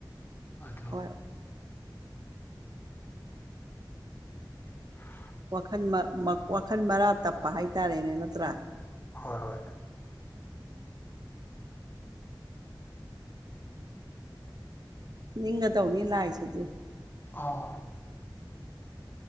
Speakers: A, on the left; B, on the right.
A: ꯑꯗꯨ
B: ꯍꯣꯏ
A: <unintelligible>
B: ꯋꯥꯈꯜ ꯋꯥꯈꯜ ꯃꯔꯥ ꯇꯞꯄ ꯍꯥꯏꯇꯥꯔꯦꯅꯦ ꯅꯠꯇ꯭ꯔꯥ
A: ꯍꯣꯏ ꯍꯣꯏ
B: ꯅꯤꯡꯒꯗꯧꯅꯤ ꯂꯥꯏꯁꯤꯗꯤ
A: ꯑꯥ